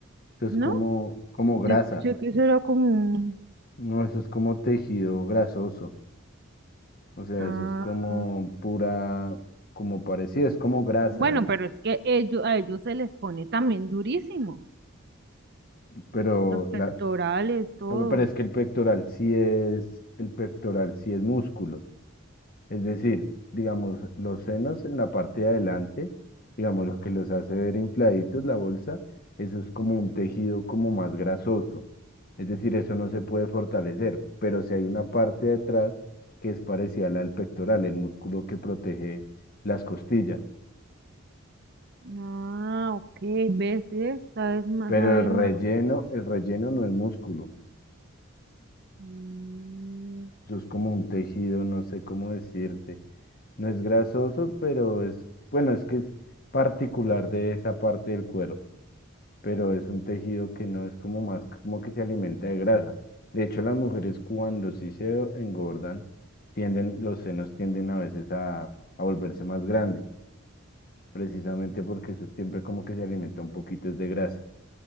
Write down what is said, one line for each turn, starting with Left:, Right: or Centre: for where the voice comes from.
Left: Eso es
Right: ¿no?
Left: como, como
Right: Yo
Left: grasa.
Right: escuché que eso era como un...
Left: No, eso es como tejido grasoso. O sea,
Right: ah,
Left: eso es como pura, como parecido, es como grasa,
Right: bueno, pero es que ellos, a ellos se les pone también durísimo,
Left: pero
Right: los pectorales,
Left: la,
Right: todo.
Left: No, pero es que el pectoral sí es, el pectoral sí es músculo. Es decir, digamos, los senos en la parte de adelante, digamos, lo que los hace ver infladitos, la bolsa, eso es como un tejido como más grasoso. Es decir, eso no se puede fortalecer, pero si hay una parte detrás que es parecida a la del pectoral, el músculo que protege las costillas.
Right: Ah, ok, ves, esta vez más,
Left: Pero
Right: sabes
Left: el relleno,
Right: más.
Left: el relleno no es músculo,
Right: Mm,
Left: eso es como un tejido, no sé cómo decirte. No es grasoso, pero es, bueno, es que es particular de esa parte del cuerpo, pero es un tejido que no es como más, como que se alimenta de grasa. De hecho, las mujeres cuando sí se engordan, tienden, los senos tienden a veces a, a volverse más grandes, precisamente porque eso siempre como que se alimenta un poquito es de grasa.